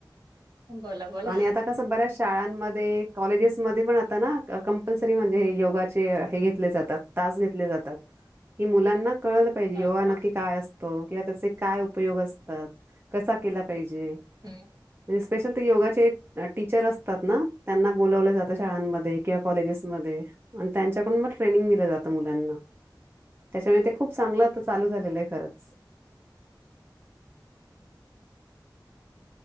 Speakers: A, on the right; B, on the right.
A: बोला, बोला.
B: आणि आता कसं बऱ्याच शाळांमध्ये कॉलेजेस मध्ये पण आता ना कंपल्सरी म्हणजे हे योगाचे हे घेतले जातात तास घेतले जातात. कि मुलांना कळलं पाहिजे
A: हां,
B: योगा
A: हां.
B: नक्की काय असतो किंवा त्याचे काय उपयोग असतात कसा केला पाहिजे. जे
A: हं.
B: म्हणजे स्पेशल योगाचे टीचर असतात ना त्यांना बोलावलं जात शाळांमध्ये किंवा कॉलेजेसमध्ये. आणि त्यांच्याकडून मग ट्रेनिंग दिलं जातं मुलांना. त्याच्यामुळे ते खूप चांगलं आत्ता चालू झालेलं आहे खरंच. <inaudible> <unintelligible>